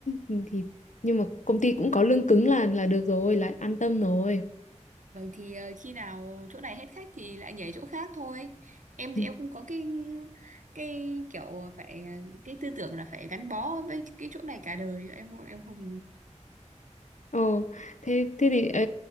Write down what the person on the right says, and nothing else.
Vâng thì ờ, khi nào chỗ này hết khách thì lại nhảy chỗ khác thôi. Em thì
em không có cái cái kiểu phải cái tư tưởng là phải gắn bó với cái chỗ này cả đời. Em em không